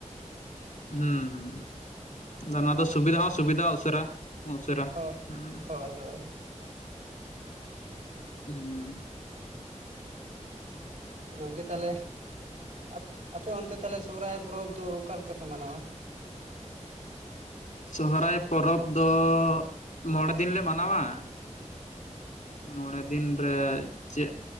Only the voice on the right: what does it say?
ᱚ
ᱦᱚ
ᱦᱳᱭ ᱦᱳᱭ
ᱜᱚᱝᱠᱮ ᱛᱟᱦᱮᱞᱮ, ᱟᱯ ᱟᱯᱮ ᱚᱱᱛᱮ ᱛᱟᱦᱮᱞᱮ ᱥᱚᱦᱚᱨᱟᱭ ᱯᱚᱨᱚᱵᱽ ᱫᱚ ᱚᱠᱟ ᱞᱮᱠᱟ ᱯᱮ ᱢᱟᱱᱟᱣᱟ?